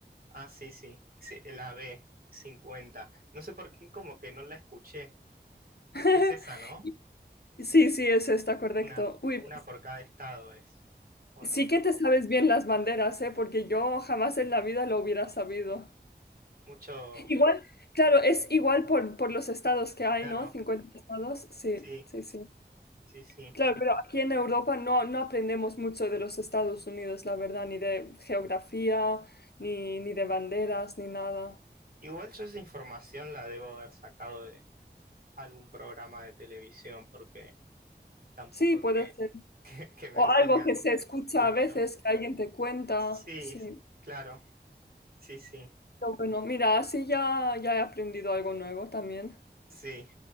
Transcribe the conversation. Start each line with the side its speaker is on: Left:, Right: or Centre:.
Right: Ah, sí, sí. Sí, la B, cincuenta No sé por qué como que no la escuché.
Left: <laughs>
Right: Es esa, ¿no?
Left: Sí, sí, es esta, correcto.
Right: Una,
Left: Uy,
Right: una por cada estado es. ¿O
Left: Sí
Right: no?
Left: que te sabes bien las banderas, ¿eh? Porque yo jamás en la vida lo hubiera sabido.
Right: Mucho...
Left: Igual, claro, es igual por, por los estados que hay,
Right: Claro.
Left: ¿no? 50 estados, sí,
Right: Sí,
Left: sí, sí.
Right: sí, sí.
Left: Claro, pero aquí en Europa no, no aprendemos mucho de los Estados Unidos, la verdad, ni de geografía, ni, ni de banderas, ni nada.
Right: Igual yo esa información la debo haber sacado de algún programa de televisión porque tampoco
Left: Sí, puede
Right: es
Left: ser.
Right: que, <laughs> que me
Left: O
Right: enseñan
Left: algo que se escucha
Right: mucho.
Left: a veces, que alguien te cuenta,
Right: Sí,
Left: sí.
Right: s- claro, sí, sí,
Left: Pero bueno, mira, así ya, ya he aprendido algo nuevo también.
Right: sí.